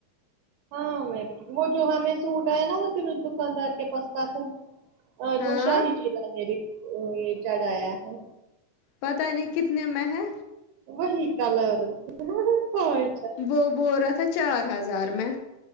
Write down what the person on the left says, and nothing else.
ہاں
پتہ نہیں کتنے میں ہے
وہ بول را تھا چار ہزار میں